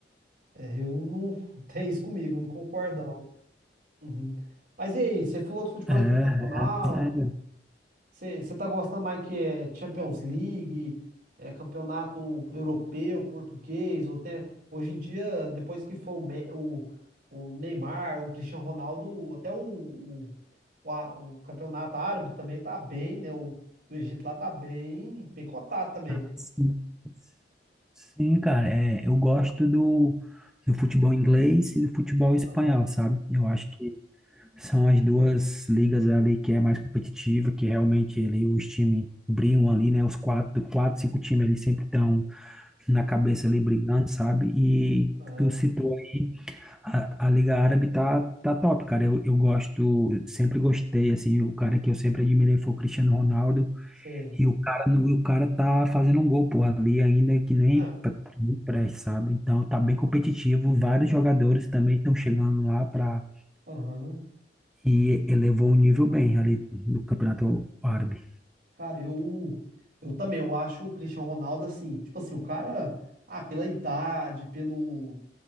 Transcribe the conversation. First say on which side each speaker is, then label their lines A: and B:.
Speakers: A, on the right (about 55°); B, in the centre.
A: É, eu não <laughs> tem isso comigo, eu não concordo, não. Uhum. Mas e aí, você falou do futebol
B: é, é,
A: internacional?
B: é, é.
A: Você tá gostando mais que é Champions League, é campeonato europeu, português, ou tem, hoje em dia, depois que foi o, Me- o- o Neymar, o Cristiano Ronaldo, até o, o, o a- o campeonato árabe também tá bem, né? O do Egito lá tá bem, bem cotado também,
B: ah,
A: né?
B: sim, sim, cara, é, eu gosto do, do futebol inglês e do futebol espanhol,
A: Aham,
B: sabe? Eu acho que são as duas ligas ali que é mais competitiva, que realmente ali os times brigam ali, né? Os quatro, quatro, cinco times ali sempre estão na cabeça ali brigando, sabe? E
A: aham,
B: tu citou aí, a, a Liga Árabe tá, tá top, cara, eu, eu gosto, sempre gostei, assim, o cara que eu sempre admirei foi o Cristiano Ronaldo,
A: sei.
B: E o cara, e o cara tá fazendo um gol, pô, ali ainda que nem
A: Ah,
B: pre- nem preste, sabe? Então tá bem competitivo. Vários jogadores também estão chegando lá para
A: Aham.
B: e elevou o nível bem ali do Campeonato Árabe.
A: Cara, eu, eu também, eu acho o Cristiano Ronaldo assim, tipo assim, o cara, ah, pela idade, pelo.